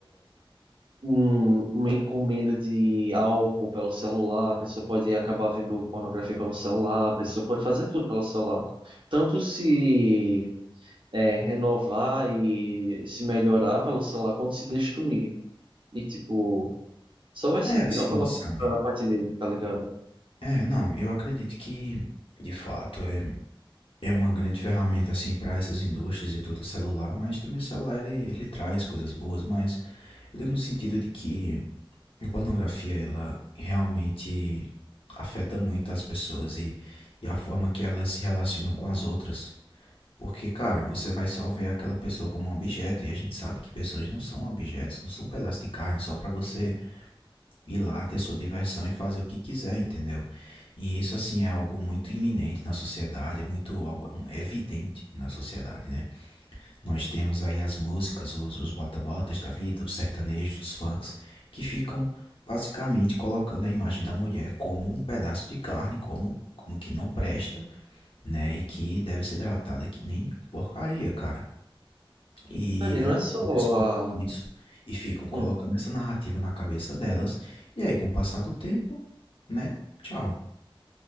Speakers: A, on the right (about 60°); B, on the left (about 70°).
A: um- uma encomenda de álcool pelo celular, a pessoa pode acabar vendo pornografia pelo celular, a pessoa pode fazer tudo pelo celular. Tanto se é, renovar e se melhorar pelo celular, quanto se destruir. E, tipo, só vai
B: É,
A: ser pior
B: assim,
A: pela,
B: sabe?
A: pela parte dele, tá ligado?
B: É, não, eu acredito que, de fato, é, é uma grande ferramenta, assim, para essas indústrias e tudo, o celular, mas também o celular, ele, ele traz coisas boas, mas eu digo no sentido de que a pornografia, ela realmente afeta muito as pessoas e, e a forma que elas se relacionam com as outras. Porque, cara, você vai só ver aquela pessoa como um objeto, e a gente sabe que pessoas não são objetos, não são um pedaço de carne só para você ir lá ter sua diversão e fazer o que quiser, entendeu? E isso, assim, é algo muito iminente na sociedade, é muito algo é evidente na sociedade, né? Nós temos aí as músicas, os, os bota-botas da vida, os sertanejos, os funks, que ficam basicamente colocando a imagem da mulher como um pedaço de carne, como, como que não presta, né? E que deve ser tratada que nem porcaria, cara. E
A: Cara, e não
B: as
A: é só
B: pessoas escutam isso
A: a.
B: e ficam colocando
A: hum,
B: essa narrativa na cabeça delas, e aí com o passar do tempo, né, tchau.